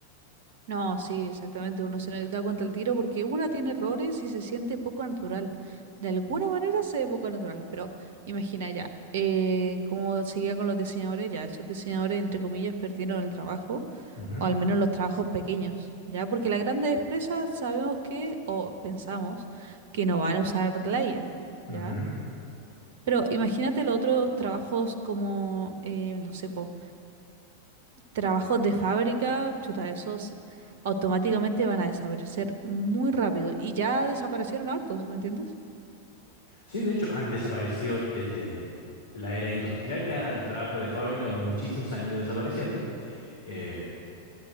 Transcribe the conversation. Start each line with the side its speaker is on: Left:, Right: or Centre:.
Right: No, sí, exactamente, uno se da cuenta al tiro porque una tiene errores y se siente poco natural. De alguna manera se ve poco natural, pero imagina ya, eh, como seguía con los diseñadores, ya esos diseñadores, entre comillas, perdieron el trabajo
Left: Ujú,
Right: O al menos los trabajos pequeños, ¿ya? Porque las grandes empresas sabemos que, o pensamos, que no van a usar la IA,
Left: ujú.
Right: ¿ya? Pero imagínate los otros trabajos como, eh, no sé, po, trabajos de fábrica, chuta, esos automáticamente van a desaparecer muy rápido. Y ya desaparecieron hartos, ¿me entiendes?
Left: Sí, de hecho, han desaparecido desde la era industrial, que a los trabajos de fábrica muchísimos han ido desapareciendo, eh,